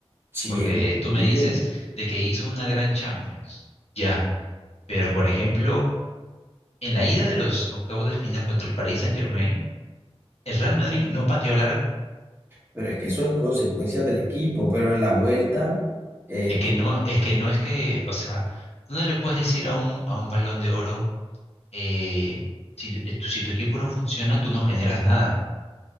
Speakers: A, on the right; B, on the left.
A: sí,
B: Porque
A: es
B: tú me
A: bien,
B: dices de que hizo una gran Champions, ya, pero por ejemplo, en la ida de los octavos de final contra el Paris Saint-Germain, el Real Madrid no pateó al arco.
A: pero es que eso es consecuencia del equipo, pero en la vuelta, eh,
B: Es que no, es que no es que, o sea, tú no le puedes decir a un, a un balón de oro, eh, si, eh, tu- si tu equipo no funciona, tú no generas nada,